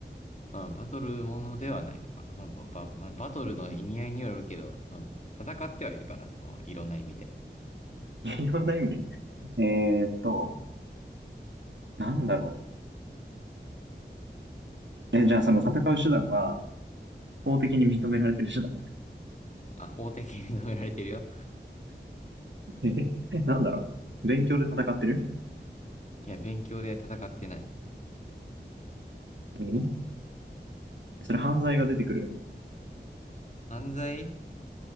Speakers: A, on the left (about 40°); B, on the right (about 80°).
A: まあ、バトルものではないのかな。まあ、ば、ば、まあ、バトルの意味合いによるけど、まあ、戦ってはいるかな、その、いろんな意味で。
B: <laughs> いろんな意味で。えーっと、なんだろう。え、じゃあその戦う手段は、法的に認められてる手段。
A: まあ、法的に認められてるよ。
B: <laughs> え、なんだろう。勉強で戦ってる
A: いや、勉強で戦ってない。
B: えそれ犯罪が出てくる。
A: 犯罪